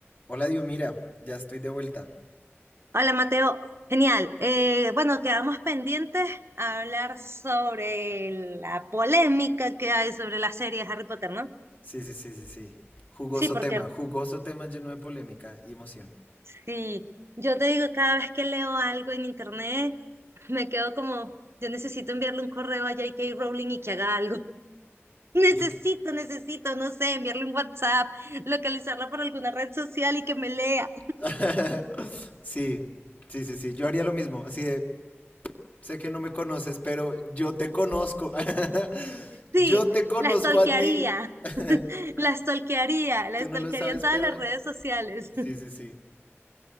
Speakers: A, on the left; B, on the right.
A: Hola, Dios, mira, ya estoy de vuelta.
B: Hola Mateo, genial. Eh, bueno, quedamos pendientes a hablar sobre la polémica que hay sobre la serie de Harry Potter, ¿no?
A: Sí, sí, sí, sí, sí. Jugoso
B: Sí, porque
A: tema, jugoso tema lleno de polémica y emoción.
B: si yo te digo cada vez que leo algo en internet, me quedo como, yo necesito enviarle un correo a J. K. Rowling y que haga algo. <laughs> Necesito,
A: Yo... qui-
B: necesito, no sé, enviarle un WhatsApp, localizarla por alguna red social y que me lea.
A: <laughs> Sí, sí, sí, sí, yo haría lo mismo, así de, sé que no me conoces, pero yo te conozco. <laughs>
B: Sí,
A: Yo te conozco
B: la stalkearía,
A: a ti. <laughs>
B: <laughs> la stalkearía, la
A: Tú
B: stalkearía
A: no lo sabes,
B: en todas
A: pero
B: las redes sociales.
A: sí, sí, sí.